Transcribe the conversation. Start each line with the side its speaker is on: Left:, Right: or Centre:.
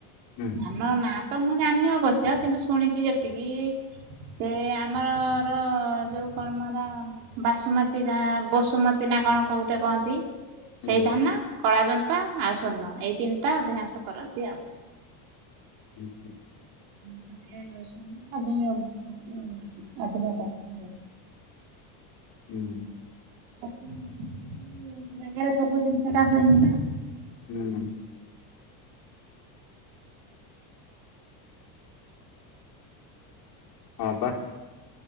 Left: ହୁଁ।
Right: ଧାନ ନା ତ ମୁଁ ଜାଣିନି ଅବଶ୍ୟ କିନ୍ତୁ ଶୁଣିଚି ଯେତିକି ସେ ଆମରର ଯୋଉ କଣ ମ ହେରା। ବାସୁମତୀ ନା ବସୁମତୀ ନା କଣ କୋଉଠେ କହନ୍ତି
Left: ହୁଁ
Right: ସେଇ ଧାନ। କଳାଚମ୍ପା ଆଉ ସ୍ଵର୍ଣ୍ଣ ଏଇ ତିନିଟା ଅଧିକାଂଶ କରନ୍ତି ଆଉ।
Left: <unintelligible>
Right: <unintelligible> ପିଆଜ ରସୁଣ <unintelligible> ଅଧିକ କରାହୁଏ।
Left: ହୁଁ।
Right: <unintelligible> ଜାଗାରେ ସବୁ ଜିନିଷ ଟା ହୁଏନି ନା।
Left: ହୁଁ। ହଁ ପା।